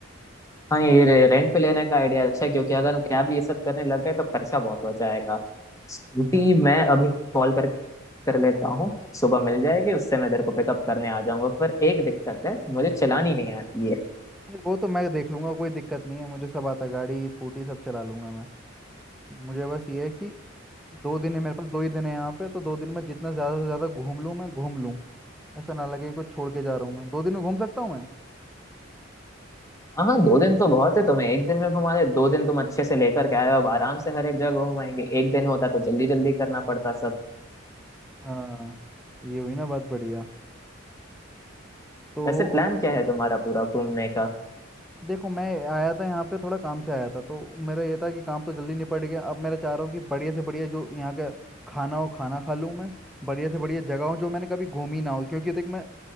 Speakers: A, on the left (about 15°); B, in the centre.
A: हाँ ये रेंट पे लेने का आइडिया अच्छा है क्योंकि अगर हम कैब ये सब करने लग गए तो खर्चा बहुत हो जाएगा स्कूटी
B: अच्छा
A: मैं अभी कॉल करके कर लेता हूँ सुबह मिल जाएगी उससे मैं तेरे को पिकअप करने आ जाऊंगा पर एक दिक्कत है मुझे चलानी नहीं आती है
B: अरे वो तो मैं देख लूंगा कोई दिक्कत नहीं है मुझे सब आता है गाड़ी स्कूटी सब चला लूंगा मैं मुझे बस ये है कि दो दिन है मेरे पास दो ही दिन है यहाँ पे तो दो दिन में जितना ज़्यादा से ज़्यादा घूम लूँ मैं घूम लूँ ऐसा ना लगे कुछ छोड़ के जा रहा हूँ मैं दो दिन में घूम सकता हूँ मैं
A: हाँ हाँ दो दिन तो बहुत है तुम्हें एक दिन में घुमा दे दो दिन तुम अच्छे से लेकर के आए हो अब आराम से हर एक जगह घुमाएंगे एक दिन होता तो जल्दी जल्दी करना पड़ता सब
B: हाँ तो ये हुई ना बात बढ़िया तो
A: वैसे प्लान
B: और
A: क्या है तुम्हारा पूरा घूमने का
B: देखो मैं आया था यहाँ पे थोड़ा काम से आया था तो मेरा ये था कि काम तो जल्दी निपट गया अब मेरा चाह रहा हूँ कि बढ़िया से बढ़िया जो यहाँ का खाना हो खाना खा लूँ मैं बढ़िया से बढ़िया जगह हो जो मैंने कभी घूमी ना हो क्योंकि देख मैं